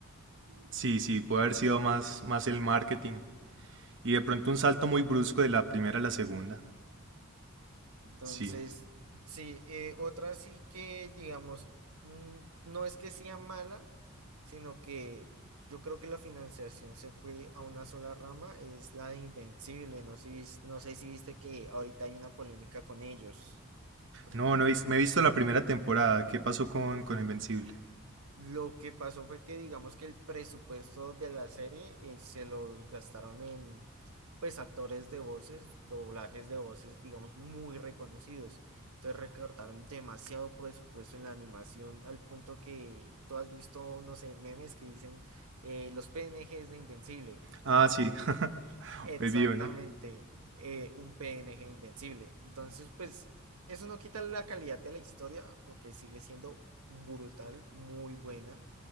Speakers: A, on the right; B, on the right.
A: Sí, sí, puede haber sido más, más el marketing. Y de pronto un salto muy brusco de la primera a la segunda.
B: Entonces,
A: Sí.
B: sí, eh, otra sí que, digamos, mm, no es que sea mala, sino que yo creo que la financiación se fue a una sola rama, es la de Invencible. No sé, si- no sé si viste que ahorita hay una polémica con ellos.
A: No, no he vis- me he visto la primera temporada. ¿Qué pasó con, con Invencible?
B: Lo que pasó fue que digamos que el presupuesto de la serie eh, se los gastaron en pues actores de voces, doblajes de voces, digamos, muy reconocidos. Entonces recortaron demasiado presupuesto en la animación al punto que tú has visto, no sé, memes que dicen eh, los PNGs de Invencible y ponen
A: Ah, sí, <laughs>
B: exactamente
A: es vivo, ¿no?
B: eh, un PNG de Invencible. Entonces, pues eso no quita la calidad de la historia porque sigue siendo brutal, muy buena